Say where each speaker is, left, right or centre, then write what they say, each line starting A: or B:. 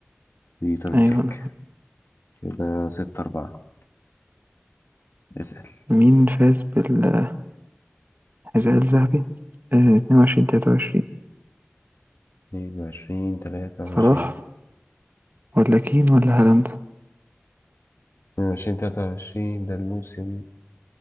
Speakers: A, on the left (about 65°); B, on the right (about 45°).
A: بيتر
B: أيوه
A: تشيك كده ستة أربعة اسأل
B: مين فاز بالحذاء الذهبي آه، اتنين وعشرين تلاتة وعشرين
A: اتنين وعشرين تلاتة
B: صلاح
A: وعشرين
B: ولا كين ولا هالاند
A: اتنين وعشرين تلاتة وعشرين ده الموسم